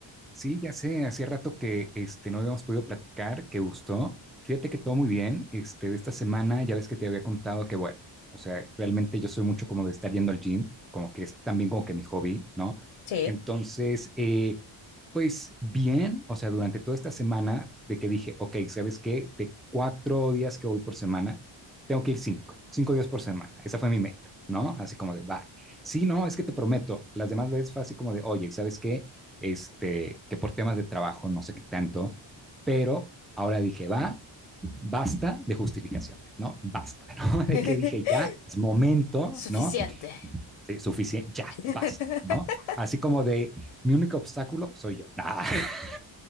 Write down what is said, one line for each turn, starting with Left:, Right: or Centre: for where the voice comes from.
Centre: Sí, ya sé, hacía rato que este, no habíamos podido platicar, que gustó. Fíjate que todo muy bien. Este, de esta semana ya ves que te había contado que, bueno, o sea, realmente yo soy mucho como de estar yendo al gym, como que es también como que mi hobby, ¿no?
Left: Sí.
Centre: Entonces, eh, pues bien, o sea, durante toda esta semana de que dije, ok, ¿sabes qué? De cuatro días que voy por semana, tengo que ir cinco, cinco días por semana. Esa fue mi meta, ¿no? Así como de, va. Sí, no, es que te prometo, las demás veces fue así como de, oye, ¿sabes qué? este, que por temas de trabajo, no sé qué tanto, pero ahora dije, va, basta de justificaciones, ¿no? Basta, <laughs> ¿no? De
Left: <laughs>
Centre: que dije, ya, es momento,
Left: Suficiente.
Centre: ¿no? Sí, suficiente, ya,
Left: <laughs>
Centre: basta, ¿no? Así como de, mi único obstáculo soy yo. Ah, <laughs>